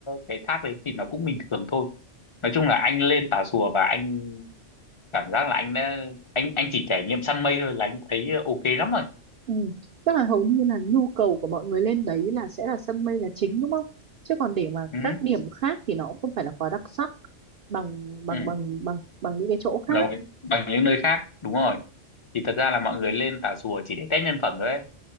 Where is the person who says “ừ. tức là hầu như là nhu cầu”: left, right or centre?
Right